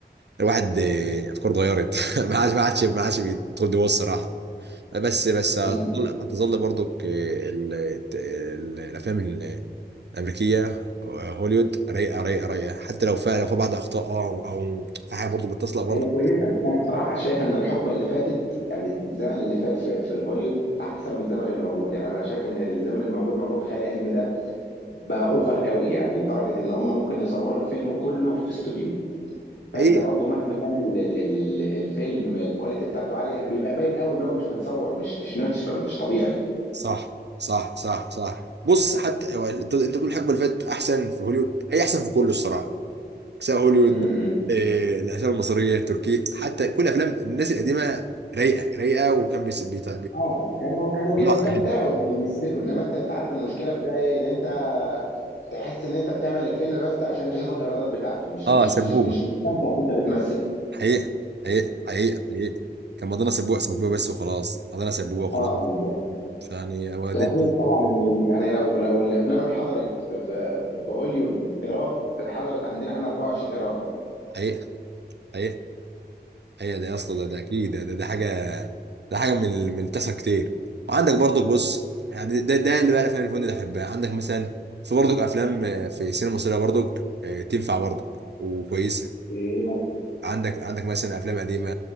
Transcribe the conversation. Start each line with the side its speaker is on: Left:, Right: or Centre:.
Right: الواحد آه، افكاره اتغيرت <laughs> ما عادش ما عادش ما عادش بيدخل جوه الصراحه بس بس هتظل
Left: لا لا
Right: هتظل برضك آه، ال- ال- الافلام ال- الامريكيه آه، هوليوود رايقه رايقه رايقه حتى لو فيها لو في بعض اخطاء او او في حاجه برضو بتصلح برضو
Left: هي كويسة بس أنا بصراحة شايف إن الحقبة اللي فاتت يعني الزمن اللي فات في, في الهوليود أحسن من الزمن اللي موجود يعني أنا شايف إن الزمن اللي موجود موضوع الخيال العلمي ده بقى أوفر قوي يعني لدرجة إن هم ممكن يصوروا الفيلم كله في استوديو فأنت
Right: هي
Left: برضو مهما كان ال- ال- ال- الفيلم الكواليتي بتاعته عالية بيبقى باين قوي إن هو مش متصور مش مش ناتشرال مش طبيعي
Right: صح صح صح صح بص حتى هو انت أنت بتقول الحقبه اللي فاتت احسن في هوليوود هي احسن في كله الصراحه سواء هوليوود
Left: م- م.
Right: آه، الافلام المصريه التركيه حتى كل افلام الناس القديمه رايقه رايقه وكان بيس- بيت-
Left: اه كانوا كانوا بيستمتعوا
Right: لا حلو
Left: وما بيمثلوا انما انت انت عارف المشكله في ده ايه ان انت تحس ان انت بتعمل الفيلم بس عشان تشوف الايرادات بتاعته مش
Right: اه
Left: مش
Right: سبوبه
Left: مش مش مستمتع ان انت بتمثل
Right: حقيقه حقيقه حقيقه حقيقه كان مضينا سبوبه سبوبه بس وخلاص مضينا سبوبه وخلاص
Left: اه بالظبط
Right: فيعني هو
Left: ده
Right: دي
Left: غير
Right: دي-
Left: طبعا ان ال- يعني لو لو الافلام اتحضرت في في في هوليوود ايراد اتحضرت عندنا احنا 24 ايراد
Right: حقيقه حقيقه حقيقه ده يا اسطى ده ده اكيد ده ده, ده حاجه ده حاجه من ال- من التسع كتير وعندك برضك بص يعني ده ده اللي بقى الافلام اللي كنت بحبها عندك مثلا في برضك افلام آه، في السينما المصريه برضك آه، تنفع برضك وكويسه
Left: بايه مثلا
Right: عندك عندك مثلا افلام قديمه